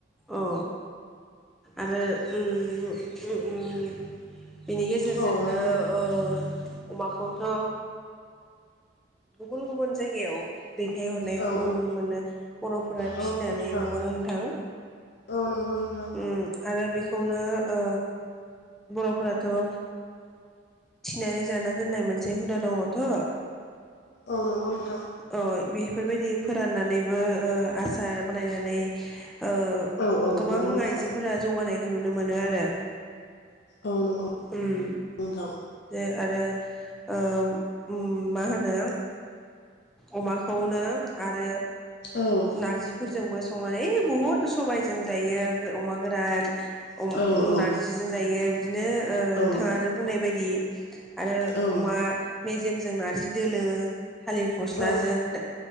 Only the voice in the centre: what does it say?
अ आरो ओम ओम बिनि गेजेरजोंनो
ओ अमाखौथ' थ' ओ गुबुन गुबुन जायगायाव दैथायहरनायखौबो
नुनो मोनो बर'फोरा फिसिनानै
नंगौना नोंथां?
ओम आरो बेखो खौनो ओ बर'फोराथ' ओ थिनानै जाना दोन जे हुदा दङ थ'
अ इबे बेफोरबायदि फोराननानैबो ओ आसार बानायनानै <inaudible> ओ
गोबां
आइजोफोरा जौगानाय नुनो मोनो आरो।
ओम
दे आरो ओ ओम मा होनो अमाखौनो आरो
नारजिफोरजोंबो स माने बहुत सबायजों जायो गो अमा गोरान। अम
नारजिजों जायो। बिदिनो ओ नोंथाङानो
बुंनाय बायदि दि आरो
अमा मेजेमजों नारजि दोलो। थालिर फस्लाजों
दा